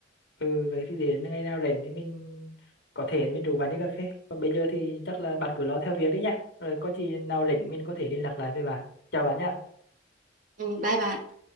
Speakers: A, on the left; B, on the right.
A: ừ vậy thì đến ngày nào rảnh thì mình có thể thì mình rủ bạn đi cà phê còn bây giờ thì chắc là bạn cứ lo theo việc đi nhá rồi có gì nào rảnh mình có thể liên lạc lại với bạn chào bạn nhá
B: ừ, bye bạn